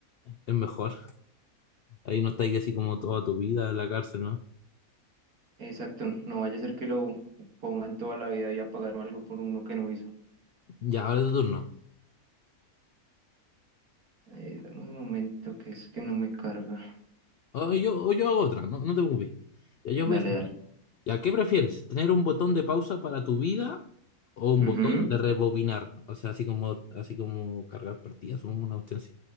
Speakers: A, on the left; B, on the right.
A: es mejor. Ahí no estáis así como toda tu vida en la cárcel, ¿no?
B: exacto. No vaya a ser que lo pongan toda la vida y a pagar algo por uno que no hizo.
A: Ya, ahora es tu turno.
B: Eh, dame un momento que es que no me carga.
A: O yo, o yo hago otra, no, no te preocupes. Ya, yo
B: Dale,
A: voy a hacer-
B: dale.
A: ya, ¿qué prefieres? ¿Tener un botón de pausa para tu vida o un
B: Ujú.
A: botón de rebobinar? O sea, así como, así como cargar partidas, supongo, una cuestión así.